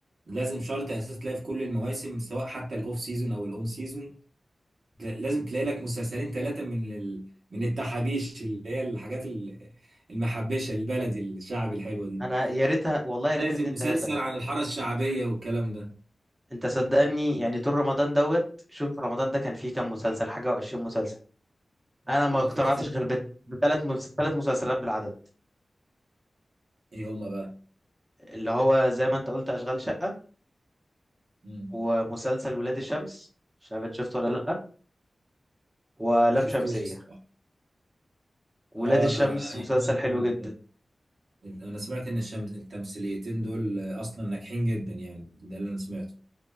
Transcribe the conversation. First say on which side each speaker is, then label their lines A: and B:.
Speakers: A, on the right; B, on the right.
A: لازم شرط اساسي تلاقي في كل المواسم سواء حتى الاوف سيزون او الاون سيزون لازم تلاقي لك مسلسلين ثلاثة من ال... من التحابيش اللي هي الحاجات ال- المحبشة البلدي الشعبي الحلوة دي
B: أنا يا ريتها والله يا ريتها
A: لازم
B: اتنين
A: مسلسل
B: تلاتة
A: عن الحارة الشعبية والكلام ده
B: أنت صدقني يعني طول رمضان دوت شوف رمضان ده كان فيه كام مسلسل حاجة وعشرين مسلسل أنا ما
A: كان
B: اقتنعتش
A: في كتير
B: غير بت- بتلات مس- تلات مسلسلات بالعدد
A: ايه هما بقى
B: اللي هو زي ما أنت قلت أشغال شقة
A: مم.
B: ومسلسل ولاد الشمس مش عارف إنت شفته ولا لأ ولام
A: ما شفتوش
B: شمسية
A: الصراحة
B: ولاد
A: اه
B: الشمس
A: انا يعني
B: مسلسل
A: أنا
B: حلو
A: سمعت
B: جدا
A: انا سمعت ان الشم... التمثيليتين دول اصلا ناجحين جدا يعني ده اللي انا سمعته